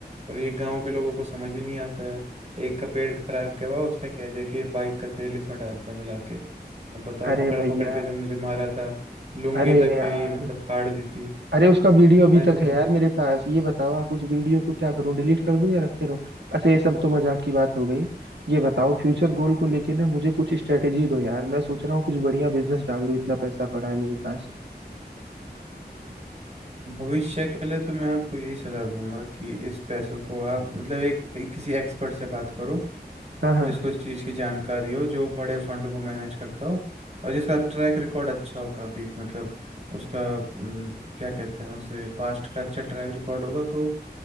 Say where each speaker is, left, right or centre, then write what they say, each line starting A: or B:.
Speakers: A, on the right (about 40°); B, on the right (about 80°).
A: और ये गांव के लोगों को समझ ही नहीं आता है एक का पेट खराब किया हुआ उसने कह दिया कि ये बाइक का तेल इसमें डालता है मिला के अब बताओ
B: अरे
A: पकड़ा
B: भैया
A: पकड़ के जो मुझे मारा था लुंगी
B: अरे
A: तक मेरी
B: यार
A: मतलब फाड़ दी थी
B: अरे उसका वीडियो अभी
A: मैं
B: तक
A: तो
B: है
A: प-
B: यार मेरे पास ये बताओ आप उस वीडियो को क्या करूं डिलीट कर दूं या रखे रहो अच्छा ये सब तो मजाक की बात हो गई ये बताओ फ्यूचर गोल को लेके ना मुझे कुछ स्ट्रेटेजी दो यार मैं सोच रहा हूँ कुछ बढ़िया बिजनेस डाल दूं इतना पैसा पड़ा है मेरे पास
A: भविष्य के लिए तो मैं आपको यही सलाह दूंगा कि इस पैसों को आप मतलब एक, एक किसी एक्सपर्ट से बात करो
B: हाँ हाँ
A: जिसको इस चीज़ की जानकारी हो जो बड़े फंड को मैनेज करता हो और जिसका ट्रैक रिकॉर्ड अच्छा हो काफ़ी मतलब उसका अम, क्या कहते हैं उसे पास्ट का अच्छा ट्रैक रिकॉर्ड होगा तो